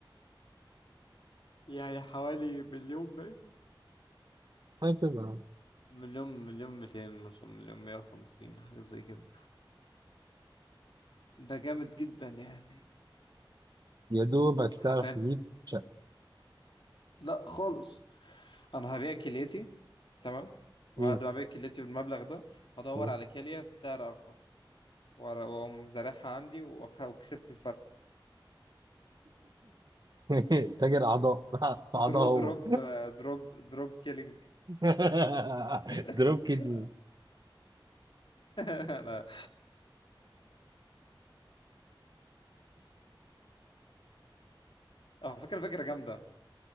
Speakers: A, on the left (about 70°); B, on the right (about 50°).
A: يعني حوالي مليون بقى
B: هكذا
A: مليون مليون 200 مثلا مليون 150 حاجه زي كده ده جامد جدا يعني
B: يا دوبك تعرف
A: حرفيا
B: تجيب شقة
A: لا خالص انا هبيع كليتي تمام وبعد
B: مم.
A: ما ابيع كليتي بالمبلغ ده هدور
B: مم.
A: على كليه بسعر ارخص وأر- واقوم زارعها عندي وأخ- وكسبت الفرق
B: <laughs> تاجر أعضاء <laughs> في أعضاء
A: دروب
B: هو
A: دروب دروب دروب كيلينج
B: <laughs>
A: <laughs>
B: دروب كدني
A: انا على فكره فكره جامده